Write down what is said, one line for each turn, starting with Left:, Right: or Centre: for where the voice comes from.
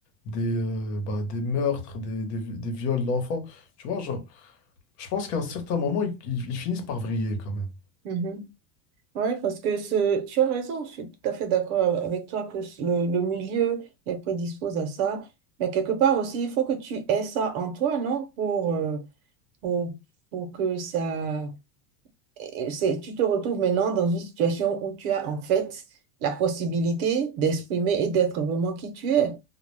Left: des, euh, bah, des meurtres, des, des, des viols d'enfants. Tu vois, genre, je pense qu'à un certain moment, ils, ils- ils finissent par vriller quand même.
Right: Mhm. Ouais, parce que ce, tu as raison, je suis tout à fait d'accord avec toi que ce- le, le milieu les prédispose à ça. Mais quelque part aussi, il faut que tu aies ça en toi, non? Pour, euh, pour, pour que ça... et c'est- tu te retrouves maintenant dans une situation où tu as en fait la possibilité d'exprimer et d'être vraiment qui tu es.